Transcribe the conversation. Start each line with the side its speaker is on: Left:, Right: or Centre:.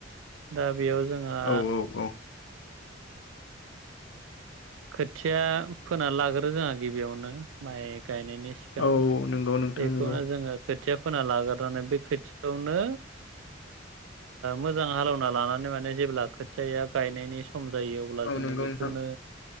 Right: दा बेयाव जोंहा
Left: औ औ
Right: खोथिया फोना लाग्रो जोंहा गिबियावनो माइ गायनायनि सिगां
Left: औ नंगौ नोंथां
Right: बेखौनो
Left: नंगौ
Right: जोंङो खोथिया फोना लाग्रनानै बे खोथियावनो मोजां हालवना लानानै माने जेब्ला खोथिाया गायनायनि सम जायो अब्ला
Left: औ
Right: जोङो
Left: नंगौ
Right: बेखौनो
Left: नोंथां